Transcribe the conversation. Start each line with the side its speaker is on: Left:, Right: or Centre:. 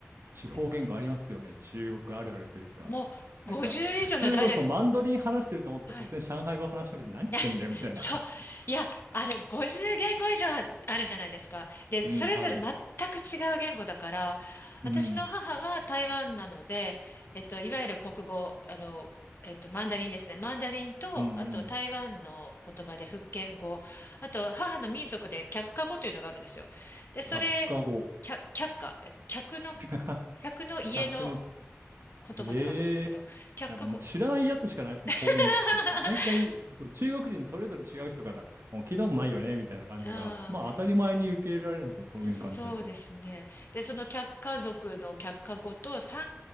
Right: 地方言語ありますよね。
Left: って感じ。
Right: 中国あるあるというか。
Left: もう50以上のダイレクト、
Right: なんか、普通語、そう、マンドリン話してると思ったら突然上海語話してみて何言ってんだよみたいな。
Left: はい。いや、<laughs> そう。
Right: <laughs>
Left: いや、あれ、50言語以上ああるじゃないですか。で、
Right: うん、
Left: それぞれ全く違う言語だから、
Right: ある。うん。
Left: 私の母は台湾なので、えっと、いわゆる国語、あの、えっと、マンダリンですね。マンダリンと、
Right: うんうん。
Left: あと台湾の言葉で福建語、あと母の民族で客家語というのがあるんですよ。で、それ、
Right: 却下語。
Left: 客、客家、え客の、
Right: <laughs>
Left: 客の家の
Right: 客の
Left: 言葉って書くんですけど、
Right: へえ。
Left: 客家語。
Right: なんかもう知らないやつしかないですもん、
Left: <laughs>
Right: 方言聞くと。毎回、そう、中国人それぞれ違う人から、お聞いたことないよね、みたいな感じが、
Left: うん
Right: まあ当たり前に受け入れられるんですね、そういう感じだと。
Left: そうですね。で、その客家族の客家語と3